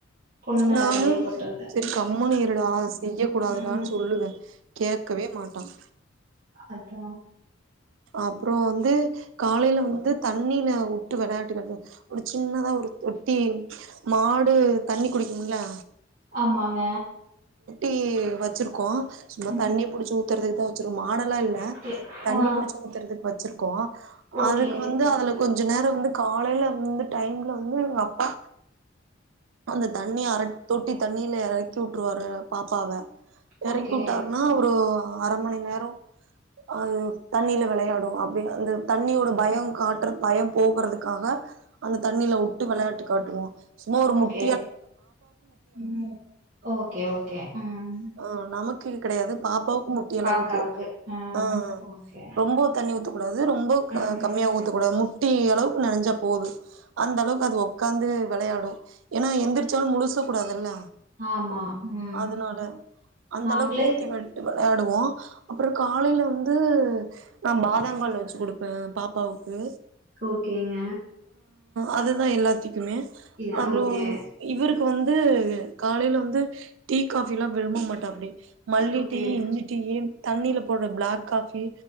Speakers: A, on the right (about 50°); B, on the right (about 85°).
A: பொண்ணு மேல
B: நானும்
A: பழிய போட்டுறது
B: சரி கம்மனு இருடா செய்ய கூடாதுடான்னு
A: ம்
B: சொல்லுவேன் கேட்கவே மாட்டான்
A: அதான்
B: அப்புறம் வந்து காலையில வந்து தண்ணில ட்டு விளையாட்டுக்காக ஒரு சின்னதா ஒரு தொட்டி மாடு தண்ணி குடிக் ங்களா
A: ஆமாங்க
B: இ வச்சிருக்கோம் சும்மா
A: ம்
B: தண்ணி புடிச்சு ஊத்துறதுக்கு தான் வச்சிரு மாடெல்லாம் இல்ல
A: ஓகே
B: தண்ணி
A: ஆ
B: புடிச்சு த்துறதுக்கு வச்சிருக்கோம்
A: ஓகே
B: அதுக்கு வந்து அதுல கொஞ்ச நேரம் வந்து காலையில இந்த டைம்ல வந்து எங்க அப்பா அந்த தண்ணி அர தொட்டி தண் தண்ணியில இறக்கி உட்டுருவாரு பாப்பாவ எறக்கூட்டாருன்னா
A: ஓகே
B: ஒரு அரை மணி நேரம் ஆஹ் தண்ணியில விளையாடும் அப்படிய அந்த தண்ணியோட பயம் காட் பயம் போகறதுக்காக அந்த தண்ணியில விட்டு விளையாட்டு காட்டுவோம் சும்மா ஒரு முட்
A: ஏ ம் ஓகே ஓகே உம்
B: ஆஹ் நமக்கு கிடையாது பாப்பாவுக்கு முட்டி அளவுக்கு
A: பாக்காவுக்கு ம்
B: ஆஹ்
A: ஓகே
B: ரொம்ப தண்ணி ஊத்தக்கூடாது ரொம்ப
A: ம்
B: கம்மியா ஊத்தக்கூடாது முட்டி அளவுக்கு நெறஞ்சாப் போது அந்த அளவுக்கு அது உக்காந்து வெளையாடும் ஏன்னா எந்திரிச்சாலு முழுசா கூடாதுல்ல
A: ஆமா ம்
B: அதனால அந்த
A: நாங்களே
B: அளவு ஊத்தி விட்டு வெலா ஆடுவோம் அப்புறம் காலையில வந்து நா பாதா பங்கால வச்சு கொடுப்பேன் பாப்பாவுக்கு
A: ஓகேங்க
B: அது தா‌ எல்லாத்யு துக்குமே
A: இது
B: அப்றோ
A: ஓகே
B: இவுருக்கு அதுக்கு வந்து காலைல வந்து டீ காஃபில்லா பண்ண மாட்டோ அப்டி மல்லி
A: ஓகே
B: டீ இஞ்சி டீயி தண்ணில போடுற பிளாக் காஃபி